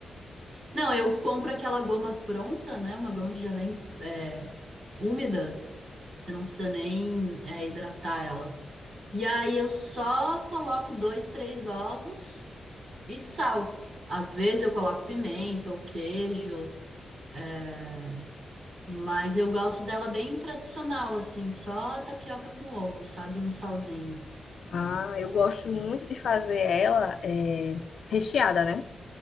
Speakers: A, on the right (about 60°); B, on the left (about 60°).
A: Não, eu compro aquela goma pronta, né? Uma goma que já vem é, úmida. Você não precisa nem é, hidratar ela. E aí eu só coloco dois, três ovos e sal. Às vezes eu coloco pimenta ou queijo, é, mas eu gosto dela bem tradicional, assim, só tapioca com ovo, sabe? Um salzinho.
B: Ah, eu gosto muito de fazer ela é, recheada, né?